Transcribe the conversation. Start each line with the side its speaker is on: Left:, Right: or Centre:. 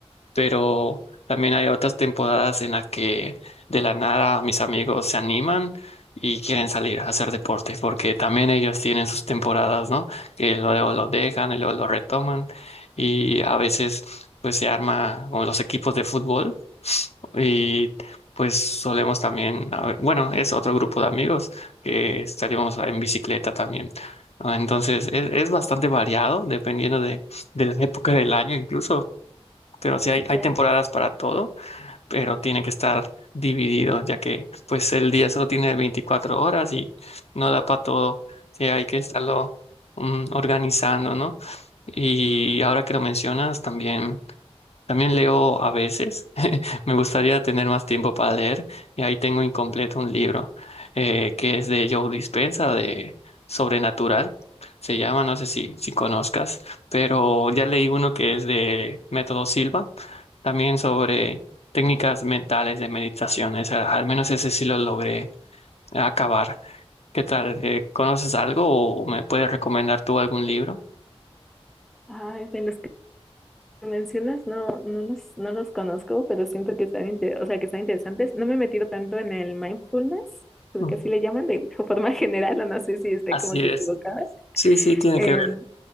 Left: pero también hay otras temporadas en las que de la nada mis amigos se animan. Y quieren salir a hacer deporte, porque también ellos tienen sus temporadas, ¿no? Que luego lo dejan y luego lo retoman. Y a veces, pues se arma como los equipos de fútbol. y pues solemos también, a ver, bueno, es otro grupo de amigos que estaríamos en bicicleta también. Ah, Entonces, es, es bastante variado dependiendo de, de la época del año incluso. Pero sí hay, hay
Centre: Ya.
Left: temporadas para todo, pero tiene que estar dividido, ya que pues el día solo tiene 24 horas y no da para todo. Sí, hay que estarlo mm, organizando, ¿no? Y ahora que lo mencionas, también también leo a veces. <laughs> Me gustaría tener más tiempo para leer y ahí tengo incompleto un libro eh, que es de Joe Dispenza de Sobrenatural. Se llama, no sé si, si conozcas, pero ya leí uno que es de Método Silva, también sobre técnicas mentales de meditación. Esa- al menos ese sí lo logré acabar. ¿Qué tal? Eh, ¿conoces algo o me puedes recomendar tú algún libro?
Centre: Ay, de los que mencionas no, no los, no los conozco, pero siento que están, inte- o sea, que están interesantes. No me he metido tanto en el mindfulness, creo
Left: Ujú.
Centre: que así le llaman de <laughs> forma general, o no sé si esté
Left: Así
Centre: como
Left: es.
Centre: que equivocada, Sí,
Left: Sí, sí, tiene
Centre: Eh,
Left: que
Centre: claro.